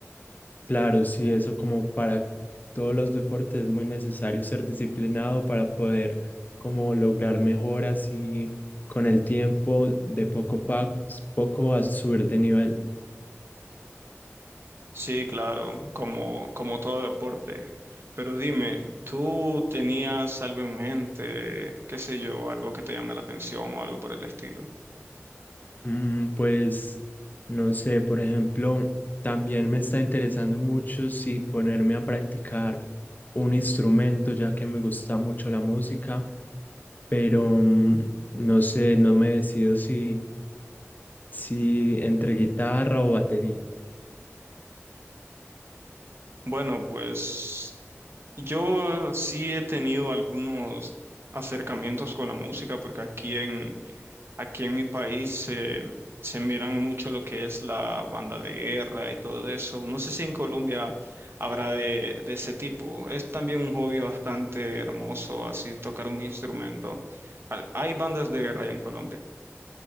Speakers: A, on the left; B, on the right.
A: Claro, sí, eso como para todos los deportes es muy necesario ser disciplinado para poder como lograr mejoras y con el tiempo de poco a pa- poco a subir de nivel.
B: Sí, claro, como, como todo deporte. Pero dime, ¿tú tenías algo en mente, qué sé yo, algo que te llame la atención o algo por el estilo?
A: Mm, pues no sé, por ejemplo, también me está interesando mucho si ponerme a practicar un instrumento, ya que me gusta mucho la música, pero mm, no sé, no me decido si, si entre guitarra o batería.
B: Bueno, pues Yo sí he tenido algunos acercamientos con la música porque aquí en, aquí en mi país se, se miran mucho lo que es la banda de guerra y todo eso. No sé si en Colombia habrá de, de ese tipo. Es también un hobby bastante hermoso, así tocar un instrumento. Al- Hay bandas de guerra allá en Colombia.